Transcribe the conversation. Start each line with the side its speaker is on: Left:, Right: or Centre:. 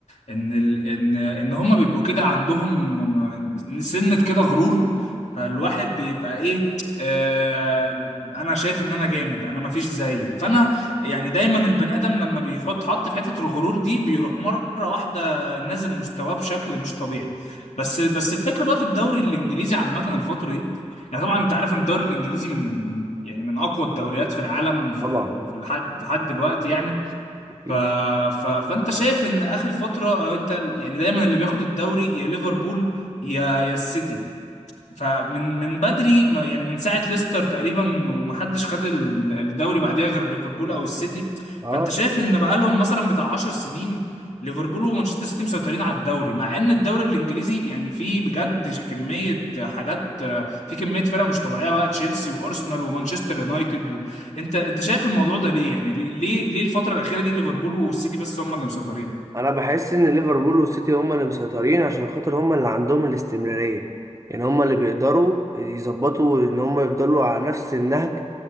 Left: ان ال ان ان هم بيبقوا كده عندهم م- سنه كده غرور فالواحد بيبقى ايه آه انا شايف ان انا جامد انا مفيش زيي فانا يعني دايما البني ادم لما بيحط حط في حته الغرور دي بيروح مره واحده نازل مستواه بشكل مش طبيعي بس بس الفكره بقى في الدوري الانجليزي عامه الفتره دي يعني طبعا انت عارف ان الدوري الانجليزي من من- يعني من اقوى الدوريات في العالم وفي-
Right: طبعا
Left: في- وفي- لحد لحد دلوقتي يعني
Right: أكيد
Left: ف... ف... فانت شايف ان اخر فتره آه، انت ال- يعني دايما اللي بياخد الدوري يا ليفربول يا يا السيتي فمن من بدري ما- يعني من ساعة ليستر تقريبا ومحدش خد ال- الدوري بعديها غير ليفربول او السيتي
Right: أه
Left: فانت شايف ان بقالهم مثلا بتاع 10 سنين ليفربول ومانشستر سيتي مسيطرين على الدوري مع ان الدوري الانجليزي يعني فيه بجد كمية حاجات في كمية فرق مش طبيعية بقى تشيلسي وارسنال ومانشستر يونايتد و... انت انت شايف الموضوع ده ليه يعني ليه ليه ليه الفترة الأخيرة دي ليفربول والسيتي بس هم اللي مسيطرين
Right: أنا بحس إن ليفربول والسيتي هما اللي مسيطرين عشان خاطر هما اللي عندهم الاستمرارية يعني هما اللي بيقدروا يظبطوا إن هما يفضلوا على نفس النهج